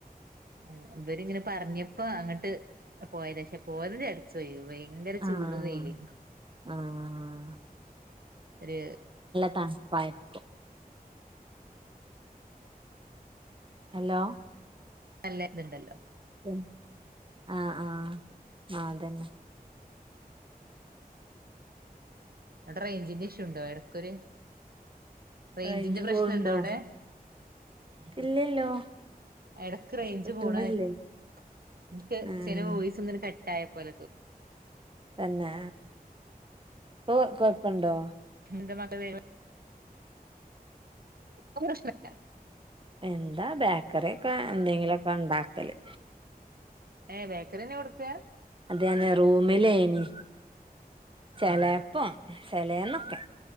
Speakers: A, on the right; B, on the right.
A: ഏ ഇവരിങ്ങനെ പറഞ്ഞ് ഇപ്പൊ അങ്ങട്ട് പോയതാ പശേ പോയത് ചടച്ച് വോയി വെയ് ങ്കര ചൂട്
B: ആഹ്
A: വെയില്,
B: ആഹ്
A: ഒര്
B: തണുപ്പ് ആയിരിക്കും ഹലോ
A: അല്ലേത്ണ്ടല്ലോ
B: മ്, ആഹ്, ആഹ് മാന്തെന്നെ.
A: അവിടെ റേഞ്ച്ന്റെ ഇഷ്യൂ ഇണ്ടോ എടക്കൊരു റേഞ്ച്ന്റെ
B: റേഞ്ച്
A: പ്രശ്നം
B: പോവ്ണ്ടോ
A: ഉണ്ടോ അവിടെ?
B: ഇല്ലല്ലോ
A: ഇടക്ക് റേഞ്ച്
B: കിട്ട്ണില്ലേ
A: പോണു എനിക്ക്
B: ആഹ്
A: ചെല വോയിസിങ്ങനെ കട്ട് ട്ടായപോലെത്തോ
B: തന്നെ ഇപ്പൊ കൊഴപ്പണ്ടോ?
A: <unintelligible> ഇപ്പോ പ്രശ്‌നില്ല.
B: എന്താ ബേക്കറി ഒക്കെ എന്തെങ്കിലും ക്കെണ്ടാക്കല്.
A: ഏഹ് ബേക്കറി നെ ഇവിടുത്തെയാ?
B: അതെ റൂമിലെ ആയിനി ചേലെപ്പോ
A: ആഹ്
B: ചേലെന്നൊക്കെ.